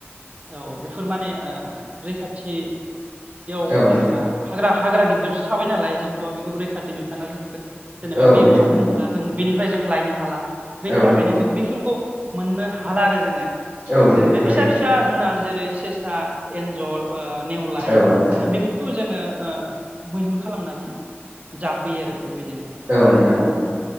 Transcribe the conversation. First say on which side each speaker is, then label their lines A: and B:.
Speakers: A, on the right; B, on the right.
A: औ बेफोर माने रैखाथि बेयाव
B: औ
A: जेनेबा
B: नोंथां
A: हाग्रा हाग्रा गिदिरयावसो थाबाय नालाय जोंथ' बेखौ रैखाथि बिफाना जोंखौ जेनेबा
B: औ
A: बेयाव
B: नोंथां
A: हाबनो
B: नंगौ
A: होला जों बेनिफ्राय जों लायनो हाला बेनि
B: औ
A: थाखायनो
B: नंगौ नोंथां
A: जों बेफोरखौ मोननो हाला आरो जोङो
B: औ नोंथां
A: जों बे
B: थारैनो
A: फिसा फिसा जुनार जेरै सेसा एन्जर नेवलाय
B: औ नोंथां
A: खौ जोङो मैहुर खालामनानै जाफैयो आरो बेबायदिनो
B: औ नोंथां